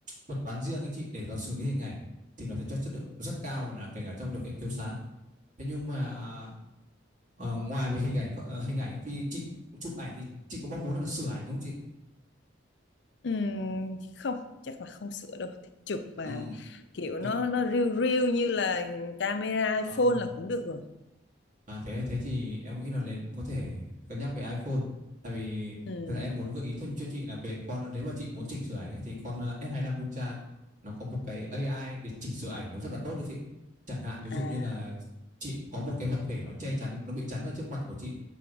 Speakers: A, on the right; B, on the left.
A: thuật toán riêng ấy chị để nó xử lý hình ảnh thì nó sẽ cho chất lượng rất cao là kể cả trong điều kiện thiếu sáng thế nhưng mà ờ, ngoài về hình ảnh ờ, hình ảnh ấy, thì chị chụp ảnh thì chị có mong muốn là sửa ảnh không chị
B: ừ, không chắc là không sửa đâu thích chụp mà
A: ừ.
B: kiểu
A: nị-
B: nó nó riu riu như là camera iPhone
A: À.
B: là cũng được rồi
A: À thế thế thì em nghĩ là nên có thể cân nhắc về iPhone tại vì
B: ừ
A: thật ra em muốn gợi ý thêm cho chị là về con nếu mà chị muốn chỉnh sửa ảnh ấy, thì con ờ, S25 Ultra ấy, nó có một cái AI để chỉnh sửa ảnh nó rất là tốt đấy chị. Chẳng hạn ví dụ
B: à
A: như là chị có một cái vật thể nó che chắn nó bị chắn ở trước mặt của chị